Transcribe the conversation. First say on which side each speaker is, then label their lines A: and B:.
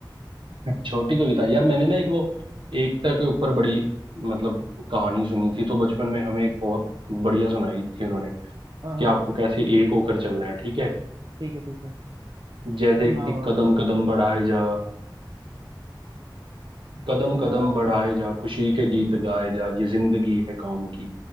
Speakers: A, on the right; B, on the right.
A: <laughs> छोटी कविता यार मैंने ना एक वो एकता के ऊपर बड़ी मतलब कहानी सुनी थी तो बचपन में हमें एक बहुत बढ़िया सुनाई थी उन्होंने
B: हाँ हाँ
A: कि आपको कैसे एक होकर चलना है ठीक है
B: ठीक है ठीक है
A: जैसे
B: तो सुनाओ
A: एक थी कदम
B: आप
A: कदम बढ़ाए जा कदम कदम
B: हाँ
A: बढ़ाए जा खुशी के गीत गाए जा ये जिंदगी है कौम की